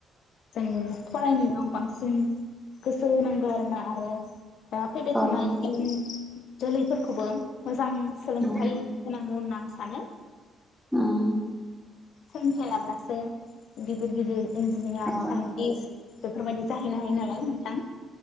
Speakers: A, on the left (about 70°); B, in the centre.
A: जों फरायनायाव बांसिन जों गोसो होनांगौ आरोना आरो दा फैबाय थानाय
B: औ
A: इयुन जोलैफोरखौबो मोजां सोलोंथायाइ
B: उम
A: होनांगौ होनना आं सानो।
B: ओं
A: सोंलोंथाइ लाब्लासो गिदिर गिदिर इन्जिनियार
B: औ
A: साइन्टिस्ट बेफोरबायदि जाहैनो हायो नालाय नोंथां